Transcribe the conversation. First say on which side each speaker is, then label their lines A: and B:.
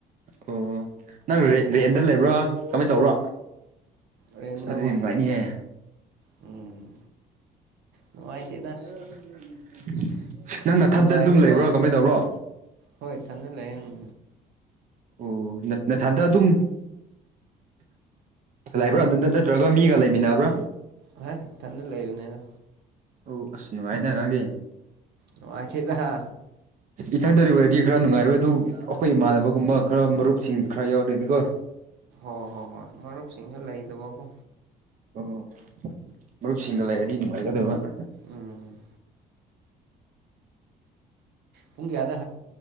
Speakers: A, on the right (about 50°); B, on the right (about 80°).
A: ꯑꯣ ꯑꫭ ꯅꯪ ꯔꯦꯟꯗ ꯂꯩꯕ꯭ꯔꯥ ꯀꯃꯥꯏ ꯇꯧꯕ꯭ꯔꯣ?
B: ꯔꯣꯜꯗ
A: ꯑꯁ ꯑꯗꯨꯗꯤ ꯅꯨꯡꯉꯥꯏꯅꯤꯍꯦ
B: ꯎꯝ
A: <inaudible>
B: ꯅꯨꯡꯉꯥꯏꯇꯦꯗ
A: <unintelligible> ꯅꯪ ꯅꯊꯟꯗ
B: ꯅꯨꯡꯉꯥꯏꯕꯩ
A: ꯑꯗꯨꯝ ꯂꯩꯕ꯭ꯔꯥ
B: ꯋꯥꯅꯤ
A: ꯀꯃꯥꯏ ꯇꯧꯕ꯭ꯔꯣ?
B: ꯍꯣꯏ ꯏꯊꯟꯗ ꯂꯩ ꯎꯝ
A: ꯑꯣꯑ ꯅꯊꯟꯗꯥ ꯑꯗꯨꯝ ꯂꯩꯕ꯭ꯔꯥ ꯑꯗꯨꯗ ꯅꯪ ꯅꯠꯇ꯭ꯔꯒ ꯃꯤꯒ ꯂꯩꯃꯤꯟꯅꯕ꯭ꯔꯥ?
B: ꯍꯥꯏ ꯏꯊꯟꯇꯥ ꯂꯩꯕꯅꯤꯗ
A: ꯑꯣ ꯑꯥꯁ ꯅꯨꯡꯉꯥꯏꯅ ꯅꯪꯗꯤ꯫
B: ꯅꯨꯡꯉꯥꯏꯇ°ꯗꯥ
A: ꯏꯊꯟꯗꯥ ꯑꯣꯏꯔꯗꯤ ꯈꯔ ꯅꯨꯡꯉꯥꯏꯔꯣꯏꯗꯕ ꯑꯗꯨ ꯑꯩꯈꯣꯏ ꯏꯃꯥꯟꯅꯕꯒꯨꯝꯕꯥ ꯈꯔ ꯃꯔꯨꯞꯁꯤꯡ ꯈꯔ ꯌꯥꯎꯔꯛꯑꯗꯤꯀꯣ
B: ꯑꯥ ꯍꯣ ꯍꯣꯏ ꯃꯔꯨꯞ ꯁꯤꯁꯤꯡꯁꯨ ꯂꯩꯥꯏꯗꯦꯕꯣ ꯀꯣ
A: ꯑꯣ ꯃꯔꯨꯞꯁꯤꯡꯒ ꯂꯩꯔꯗꯤ ꯅꯨꯡꯉꯥꯏꯒꯗꯕꯅꯤ
B: ꯎꯝꯝ ꯄꯨꯡꯀꯌꯥꯗ